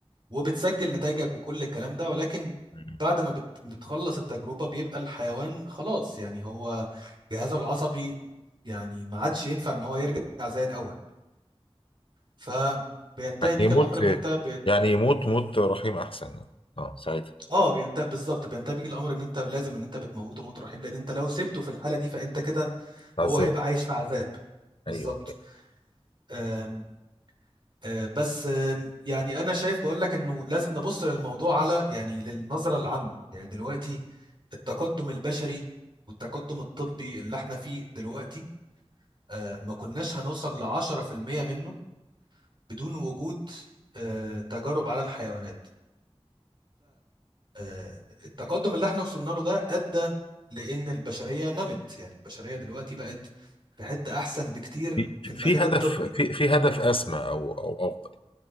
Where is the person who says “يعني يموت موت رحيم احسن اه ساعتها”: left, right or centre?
Left